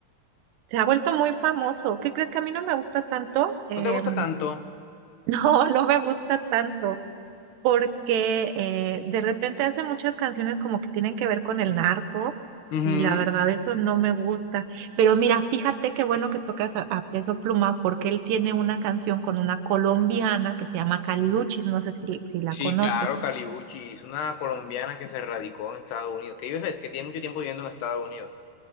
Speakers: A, on the right; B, on the left.
A: Se ha vuelto muy famoso. ¿Qué crees que a mí no me gusta tanto? Eh,
B: ¿No te gusta tanto?
A: <laughs> No, no me gusta tanto, porque eh, de repente hace muchas canciones como que tienen que ver con el narco
B: Ujú.
A: y la verdad eso no me gusta. Pero mira, fíjate qué bueno que tocas a, a Peso Pluma porque él tiene una canción con una colombiana que se llama Caliuchis, no sé si, si la
B: Sí,
A: conoces.
B: claro, Calibuchi, es una colombiana que se radicó en Estados Unidos, que, vive- que tiene mucho tiempo viviendo en Estados Unidos.